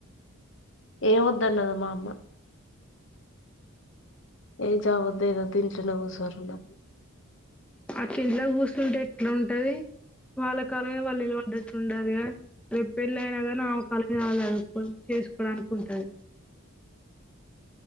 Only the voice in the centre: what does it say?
అతి ఇంట్లోకి కూర్చంటే ఎట్లా ఉంటది వాళ్ళ కాలంగా వాళ్ళీలు పడ్డట్టు ఉండదుగా రేపు పెళ్ళ అయినా కనీ ఆమె కళజ్ అవాల అను చేసుకోవడానికికుంటది